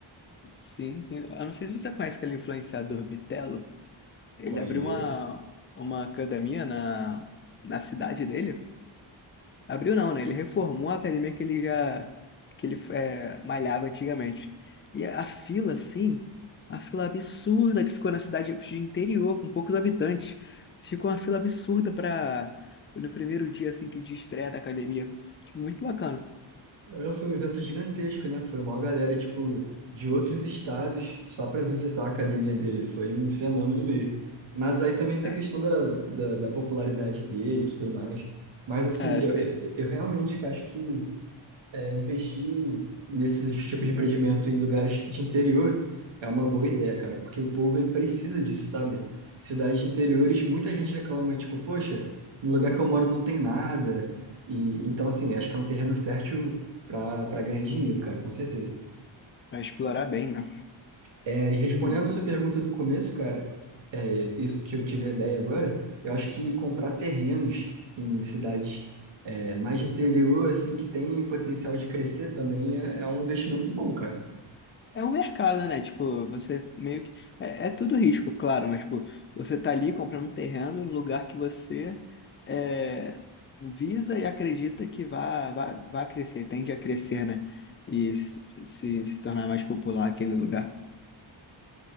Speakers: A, on the left (about 25°); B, on the right (about 70°).
A: Sim, sim. Eu não sei se você conhece aquele influenciador Bitelo. Ele
B: Conheço.
A: abriu uma, uma academia na, na cidade dele. Abriu não, né? Ele reformou a academia que ele já que ele é, malhava antigamente. E a a fila, assim, a fila absurda que ficou na cidade de interior, com poucos habitantes. Ficou uma fila absurda para no primeiro dia assim que de estreia da academia. Muito bacana.
B: É, Foi um evento gigantesco, né? Foi uma galera, tipo, de outros estados só para visitar a academia dele. Foi um fenômeno mesmo. Mas aí também tem
A: É,
B: a questão da, da, da popularidade dele e tudo mais. Mas, assim,
A: é,
B: eu,
A: sim.
B: eu, eu realmente acho que É, investir nesses tipos de empreendimento em lugares de interior é uma boa ideia, cara, porque o povo ele precisa disso, sabe? Cidades de interiores, muita gente reclama, tipo, poxa, no lugar que eu moro não tem nada. E então, assim, acho que é um terreno fértil para para ganhar dinheiro, cara, com certeza.
A: Vai explorar bem, né?
B: É, e respondendo
A: Uhum.
B: essa pergunta do começo, cara, é, isso que eu tive a ideia agora, eu acho que comprar terrenos em cidades é, mais de interior, assim, que tem potencial de crescer também é, é um investimento bom, cara.
A: É um mercado, né? Tipo, você meio que. É, é tudo risco, claro, mas, tipo, você tá ali comprando um terreno no lugar que você é, visa e acredita que vai vá, vá vá crescer, tende a crescer, né? E se, se se tornar mais popular aquele lugar.